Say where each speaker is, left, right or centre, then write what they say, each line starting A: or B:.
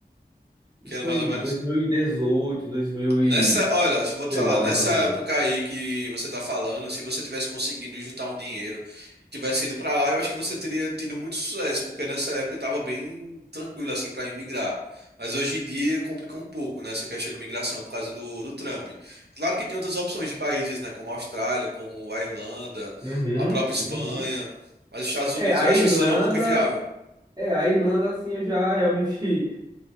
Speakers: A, on the right (about 75°); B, on the right (about 25°).
A: Que
B: isso
A: ano
B: foi
A: mais ou
B: em
A: menos?
B: 2018, 2019,
A: Nessa, olha, eu vou te falar, nessa
B: mais ou menos.
A: época aí que você tá falando, se você tivesse conseguido juntar um dinheiro e tivesse ido pra lá, eu acho que você teria tido muito sucesso, porque nessa época eu tava bem tranquilo assim para imigrar. Mas hoje em dia complicou um pouco, né, essa questão de imigração por causa do, do Trump. Claro que tem outras opções de países, né, como a Austrália, como a Irlanda,
B: Uhum,
A: a própria Espanha,
B: uhum.
A: mas os Estados
B: É,
A: Unidos
B: a
A: eu acho
B: Irlanda,
A: que se tornou um pouco inviável,
B: é, a Irlanda assim eu já realmente